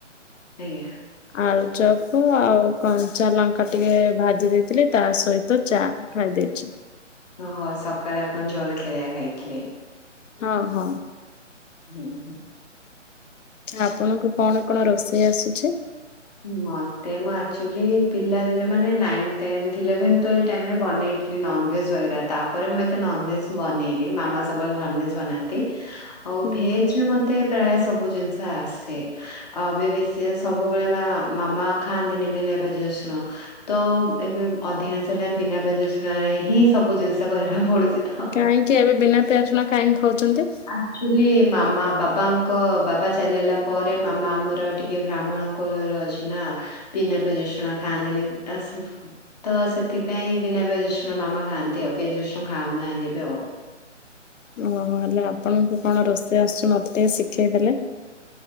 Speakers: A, on the left; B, on the left.
A: ଆଜ୍ଞା।
B: ଆଳୁଚପ୍ କୁ ଆଉ କଞ୍ଚା ଲଙ୍କା ଟିକେ ଭା ଦେଇଥିଲି ତା ସହିତ ଚା ଖାଇ ଦେଇଛି।
A: ଓହୋ ସକାଳେ ଆପଣ ଜଳଖିଆ ଖାଇଥିଲେ।
B: ହଁ ହଁ।
A: ହୁଁ ହୁଁ।
B: ଆପଣଙ୍କୁ କଣ କଣ ରୋଷେଇ ଆସୁଛି?
A: ମତେ ମୁଁ ଆକ୍ଚୁଆଲି ପିଲାଦିନେ ମାନେ ନାଇନ, ଟେନ୍ଥ ଇଲେଭେନେ ଟାଇମ୍ ରେ ବନେଇଥିଲି। ନନ୍‌ଭେଜ୍‌ ବାଗେରା ତାପରେ ମୁଁ ଏତେ ନନ୍‌ଭେଜ୍‌ ବନେଇନି ମାମା ସବୁବେଳେ ନନ୍ ଭେଜ ବନାନ୍ତି। ଆଉ
B: ହୁଁ
A: ଭେଜରେ ମତେ ପ୍ରାୟ ସବୁ ଜିନିଷ ଆସେ ବେଶୀ ସବୁବେଳେ ମାମା ଖାଆନ୍ତିନି ବିନା ପିଆଜ ରସୁଣ। ତ ଏବେ ଅଧିକାଂଶ ଟାଇମ୍ ବିନା ପିଆଜ ରସୁଣ ରେ ହିଁ ସବୁ ଜିନିଷ କରିବାକୁ ପଡୁଛି ତ।
B: କାହିଁକି ଏବେ ବିନା ପିଆଜ ରସୁଣ କାହିଁକି ଖାଉଛନ୍ତି।
A: ଆଚୁଲି ମାମା ବାବାଙ୍କ ବାବା ଚାଲିଗଲା ପରେ ମାମା ଆମର ଟିକେ ବ୍ରାହ୍ମଣ। କୋଳ ରେ ଅଛି ନା ବିନା ପିଆଜ ରସୁଣ ଖାଆନ୍ତିନି ଆସ। ତ ସେଥିପାଇଁ ବିନା ପିଆଜ ରସୁଣ ମାମା ଖାଆନ୍ତି ଆଉ ପିଆଜ ରସୁଣ ଖାଉ ନାହାନ୍ତି ଏବେ ଆଉ।
B: ଓହୋ ହେଲେ ଆପଣଙ୍କୁ କଣ ରୋଷେଇ ଆସୁଛୁ ମତେ ଟିକେ ଶିଖେଇ ଦେଲେ।